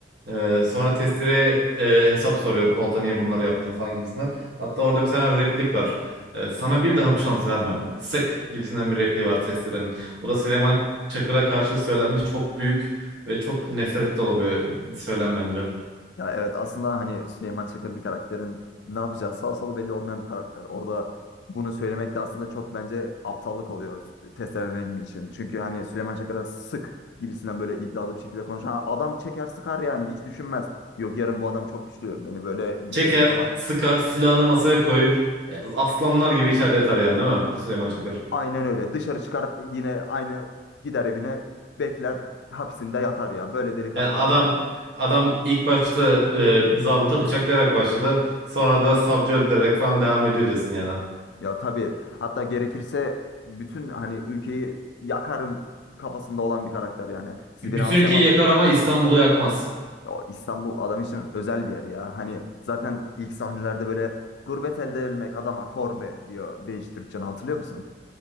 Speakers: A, on the right; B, on the left.
A: Ee, sonra Testire e, hesap soruyor. Polat'a niye bunları yaptın falan gibisinden. Hatta orada bir tane replik var. Ee, sana bir daha bu şansı vermem. Sık gibisinden bir repliği var Testire'nin. O da Süleyman Çakır'a karşı söylenmiş çok büyük ve çok nefret dolu bir söylem bence.
B: Ya evet aslında hani Süleyman Çakır bir karakterin ne yapacağı sağ solu belli olmayan bir karakter. Orada bunu söylemek de aslında çok bence aptallık oluyor test Nedim'i için. Çünkü hani Süleyman Çakır'a sık gibisinden böyle iddialı bir şekilde konuşan "Ha, adam çeker sıkar yani hiç düşünmez. Yok yarın bu adam çok güçlü beni böyle bitirir
A: Çeker,
B: falan.
A: sıkar, silahını masaya koyur. E, Aslanlar gibi içeride yatar yani değil mi Süleyman Çakır?
B: Aynen öyle dışarı çıkar yine aynı gider evine bekler hapsinde yatar ya. Böyle delikanlı
A: Yani adam
B: da bir karakter.
A: adam ilk başta e, zabıta bıçaklayarak başladı. Sonra da savcı öldürerek falan devam ediyor diyorsun yani.
B: Ya tabii hatta gerekirse bütün hani ülkeyi yakarım kafasında olan bir karakter yani. Siz
A: Bütün
B: beni hapse
A: ülkeyi
B: mi atacaksınız?
A: yakar ama İstanbul'u yakmaz.
B: Ya o İstanbul adam için özel bir yer ya. Hani zaten ilk sahnelerde böyle gurbet elde edilmek adama korbe diyor Beyiş Türkçen'i hatırlıyor musun?